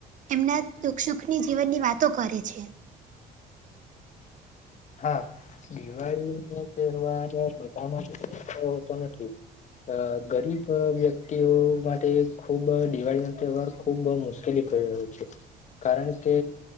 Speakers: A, on the right (about 50°); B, on the left (about 45°).
A: એમના દુઃખ સુખની જીવનની વાતો કરે છે.
B: હા, દિવાળી નો તહેવાર બધામાં <inaudible> હોતો નથી. અ ગરીબ વ્યક્તિઓ માટે ખુબ દિવાળી ન તહેવાર ખુબ બહ મુશ્કેલી <unintelligible> છે. કારણ કે